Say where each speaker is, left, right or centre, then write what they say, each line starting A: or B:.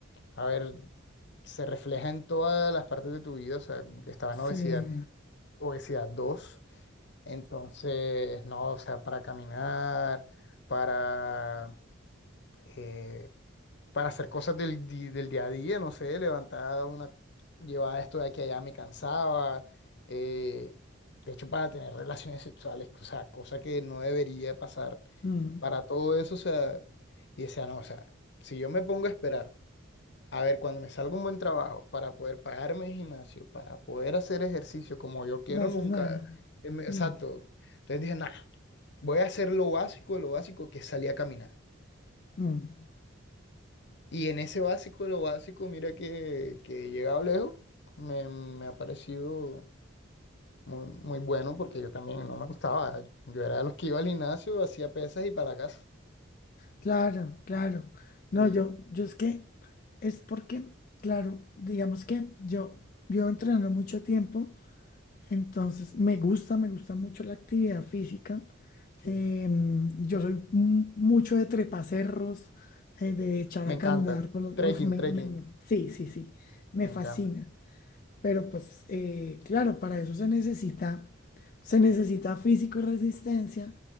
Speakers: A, on the left; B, on the left.
A: a ver, se refleja en todas las partes de tu vida, o sea, estaba
B: sí.
A: en obesidad, obesidad dos entonces, no, o sea, para caminar, para... eh, para hacer cosas del, di- del día a día, no sé, levantar una, llevar esto de aquí a allá me cansaba, eh, de hecho para tener relaciones sexuales, o sea, cosa que no debería pasar
B: Mm,
A: para todo eso, o sea, y decía, no, o sea, si yo me pongo a esperar, a ver, cuando me salga un buen trabajo para poder pagarme el gimnasio, para poder hacer ejercicio como yo quiero,
B: No haces
A: nunca,
B: nada.
A: em, exacto,
B: Mm,
A: entonces dije, nada, voy a hacer lo básico de lo básico, que es salir a caminar.
B: mm.
A: Y en ese básico de lo básico, mira que, que he llegado lejos, me, me ha parecido muy, muy bueno porque yo también no me gustaba. Yo era de los que iba al gimnasio, hacía pesas y para la casa.
B: Claro, claro. No,
A: Sí,
B: yo, yo es que es porque, claro, digamos que yo llevo entrenando mucho tiempo Entonces, me gusta, me gusta mucho la actividad física.
A: sí.
B: Em, yo soy mu- mucho de trepacerros, eh, de echar
A: Me
B: a
A: encanta.
B: andar por los-
A: Trekking,
B: uf, me-
A: trekking.
B: me- me- sí, sí, sí, me
A: Me
B: fascina.
A: encanta.
B: Pero pues, eh, claro, para eso se necesita, se necesita físico y resistencia,